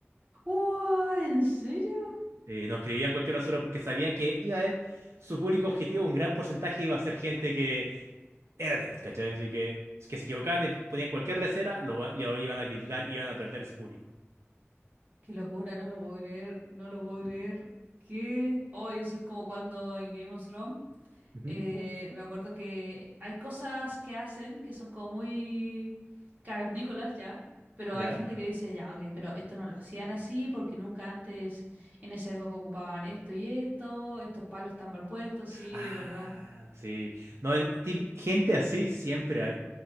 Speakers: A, on the right; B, on the right.
A: Uah, ¿en serio?
B: Eh, no escribían cualquier basura porque sabían que iba a haber su público objetivo, un gran porcentaje iba a ser gente que era nerd, ¿cachai? Así que, que se equivocaban y ponían cualquier lesera, lo, lo iban a criticar y iban a perder ese público.
A: Qué locura, no lo puedo creer, no lo puedo creer. ¿Qué? Hoy eso es como cuando en Game of Thrones,
B: Ujú.
A: eh, me acuerdo que hay cosas que hacen que son como muy cavernícolas ya, pero
B: ¿Ya?
A: hay gente que dice, ya, ok, pero esto no lo hacían así porque nunca antes en esa época ocupaban esto y esto, estos palos están mal puestos, sí,
B: Ah,
A: es verdad.
B: sí. No, es- tip- gente así siempre hay.